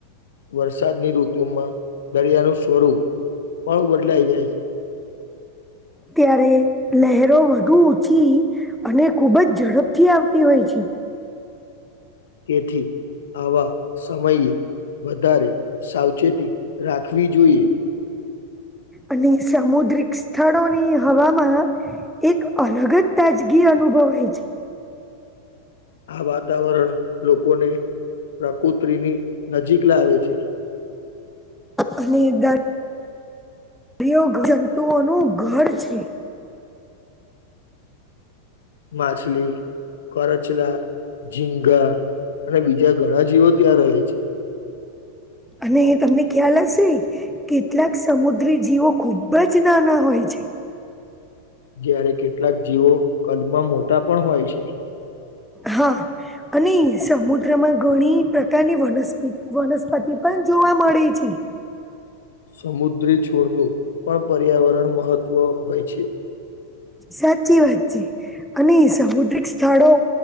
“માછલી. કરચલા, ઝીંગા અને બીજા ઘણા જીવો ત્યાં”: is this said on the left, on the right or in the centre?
Left